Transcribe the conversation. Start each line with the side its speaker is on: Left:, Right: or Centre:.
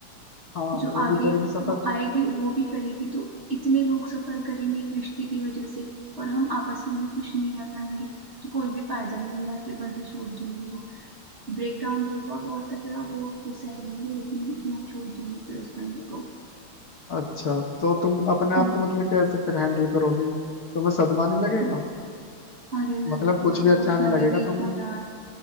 Left: हाँ
Right: जो
Left: वो
Right: आगे
Left: भी करेगी सफर
Right: हो आएगी वो भी करेगी तो इतने लोग सफर करेंगे एक रिश्ते की वजह से और हम आपस में भी खुश नहीं रह पाएंगे तो कोई भी फायदा नहीं है मैं फिर बंदा छोड़ दूंगी वो ब्रेकडाउन होगा बहुत तगड़ा वो वो सह लेंगे लेकिन मैं छोड़ दूंगी फिर उस बंदे को
Left: अच्छा तो तुम अपने आप
Right: हम्म
Left: को मतलब कैसे फिर हैंडल करोगी तुम्हें सदमा नहीं लगेगा
Right: हम्म। अरे मैं
Left: मतलब
Right: तो
Left: कुछ
Right: बहुत
Left: भी
Right: इमोशनली
Left: अच्छा नहीं लगेगा
Right: वीक
Left: तुम्हें
Right: हूँ यार